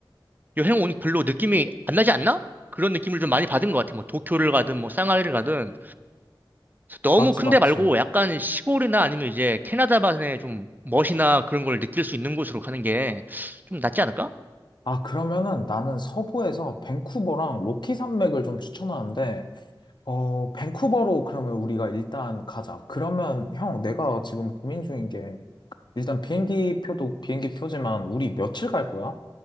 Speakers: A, on the right (about 20°); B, on the left (about 60°).
A: 여행 온 별로 느낌이 안 나지 않나? 그런 느낌을 좀 많이 받은 것 같아. 뭐 도쿄를 가든 뭐 상하이를 가든. 그래서 너무
B: 맞지,
A: 큰데
B: 맞지.
A: 말고 약간 시골이나 아니면 이제 캐나다만의 좀 멋이나 그런 걸 느낄 수 있는 곳으로 가는 게 좀 낫지 않을까?
B: 아, 그러면은 나는 서부에서 밴쿠버랑 로키 산맥을 좀 추천하는데, 어, 밴쿠버로 그러면 우리가 일단 가자. 그러면 형, 내가 지금 고민 중인 게, 일단 비행기 표도 비행기 표지만 우리 며칠 갈 거야?